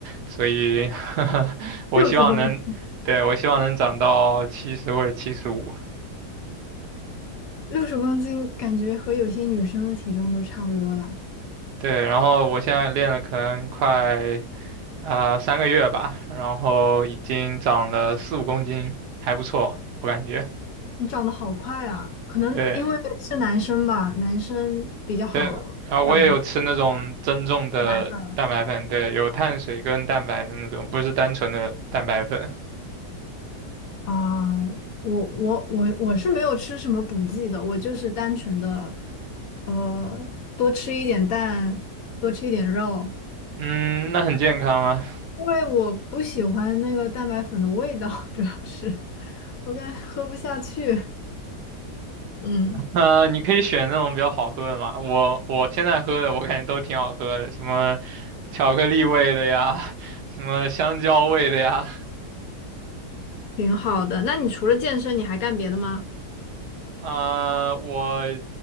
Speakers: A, on the right; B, on the left.
A: 所以 <laughs> 我希望能，
B: 六十公
A: 对，我希望能长到七十或者七十五。
B: 六十公斤，感觉和有些女生的体重都差不多了。
A: 对，然后我现在练了可能快啊、呃三个月吧，然后已经长了四五公斤，还不错，我感觉。
B: 你长得好快啊！可能因为是男生吧，
A: 对
B: 男生比较好长一
A: 对，然后我也有吃那种增重的蛋白粉，
B: 蛋白粉
A: 对，有碳水跟蛋白的那种，不是单纯的蛋白粉。
B: 啊。我我我我是没有吃什么补剂的，我就是单纯的，呃，多吃一点蛋，多吃一点肉，
A: 嗯，那很健康啊。
B: 因为我不喜欢那个蛋白粉的味道，<laughs> 主要是我感觉喝不下去。嗯，
A: 呃，你可以选那种比较好喝的嘛。我我现在喝的，我感觉都挺好喝的，什么巧克力味的呀，<laughs> 什么香蕉味的呀。
B: 挺好的。那你除了健身，你还干别的吗？
A: 啊、我